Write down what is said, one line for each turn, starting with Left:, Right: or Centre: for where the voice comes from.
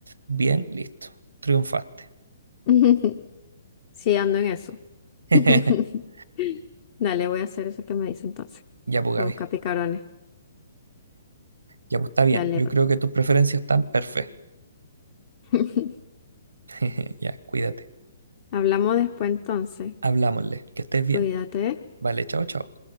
Right: Bien, listo, triunfaste.
Left: <laughs> Sí, ando en eso.
Right: <laughs>
Left: <laughs> Dale, voy a hacer eso que me dice entonces.
Right: Ya, pues,
Left: Vamos
Right: Gaby,
Left: a buscar picarones.
Right: ya, pues, está bien,
Left: Dale,
Right: yo
Left: pues.
Right: creo que tus preferencias están perfectas.
Left: <laughs>
Right: <laughs> Ya, cuídate,
Left: Hablamos después entonces.
Right: hablámosle, que estés bien.
Left: Cuídate.
Right: Vale, chao, chao.